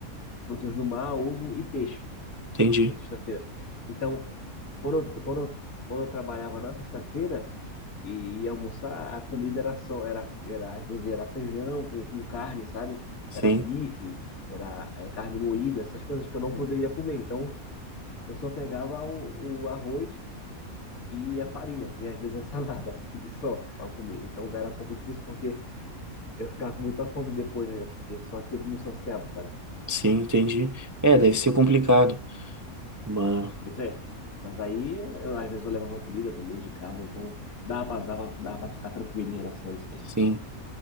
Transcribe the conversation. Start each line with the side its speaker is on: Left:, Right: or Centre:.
Left: frutos do mar, ovo e peixe
Right: entendi.
Left: na sexta-feira. Então, quando, eu- quando, eu- quando eu trabalhava na sexta-feira, e ia almoçar, a comida era só, era, era às vezes era feijão com, com carne, sabe?
Right: Sim,
Left: Era bife, era eh, carne moída, essas coisas que eu não <laughs> poderia comer. Então, eu só pegava o, o arroz e a farinha, e às vezes a salada, <laughs> e só para comer. Então, era um pouco difícil porque eu ficava com muita fome depois ainda, porque só aquilo não saciava, sabe?
Right: sim, entendi. É, deve ser complicado, mas
Left: Pois é. Mas aí, eu, às vezes eu levava comida também de casa, então dava, dava, dava para ficar tranquilo em relação a isso aí.
Right: sim.